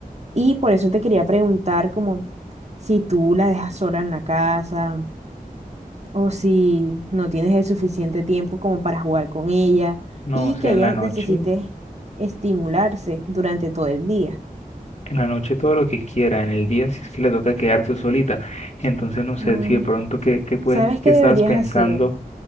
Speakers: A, on the right (about 50°); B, on the left (about 50°).
A: Y por eso te quería preguntar como si tú la dejas sola en la casa o si no tienes el suficiente tiempo como para jugar con ella
B: no,
A: y
B: o sea,
A: que ella
B: en la noche,
A: necesite estimularse durante todo el día.
B: en la noche todo lo que quiera, en el día si es que le toca quedarse solita. Entonces, no sé
A: Mm,
B: si de pronto, ¿qué, qué puedes,
A: ¿Sabes qué
B: qué estabas
A: deberías
B: pensando?
A: hacer?